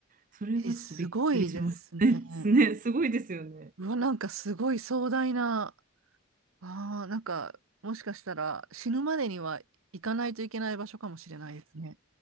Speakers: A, on the right; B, on the right.
A: それはちょっとびっくりしましたね。
B: え、すごいですね。
A: <laughs> すね、すごいですよね。
B: うわ、なんかすごい壮大な。ああ、なんか、もしかしたら死ぬまでには行かないといけない場所かもしれないですね。